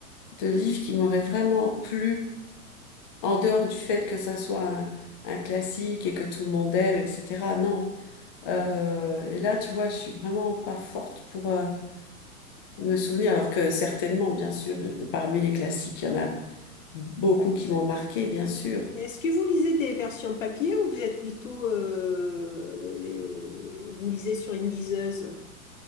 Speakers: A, on the left; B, on the left.
A: de livre qui m'aurait vraiment plu en dehors du fait que ça soit un, un classique et que tout le monde aime, etc. Non. Euh, et là, tu vois, je suis vraiment pas forte pour euh, me souvenir, alors que certainement, bien sûr, euh, de- parmi les classiques, il y en a Beaucoup qui m'ont marqué, bien sûr.
B: Est-ce que vous lisez des versions papier ou vous êtes plutôt, euh, euh, vous lisez sur une liseuse?